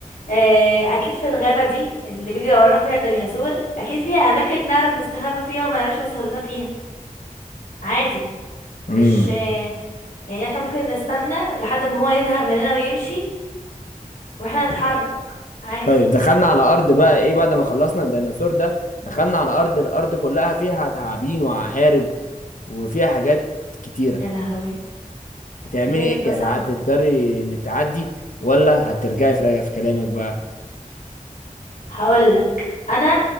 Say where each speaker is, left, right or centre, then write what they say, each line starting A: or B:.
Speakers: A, on the left; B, on the left.
A: آه، اكيد في الغابه دي اللي بيجري ورانا فيها الديناصور اكيد فيها اماكن نعرف نستخبى فيها وما يعرفش يوصل لنا فيها عادي
B: امم
A: مش آه، يعني احنا ممكن نستنى لحد ما هو يزهق مننا ويمشي واحنا نتحرك عادي
B: طيب دخلنا على ارض بقى ايه بعد ما خلصنا الديناصور ده دخلنا على ارض الارض كلها فيها تعابين وعقارب وفيها حاجات كتيرة
A: يا لهوي
B: هتعملي
A: الليفل
B: ايه
A: ده صعب
B: هتضطري انك تعدي ولا هترجعي في رأيك في كلامك بقى
A: هقولك انا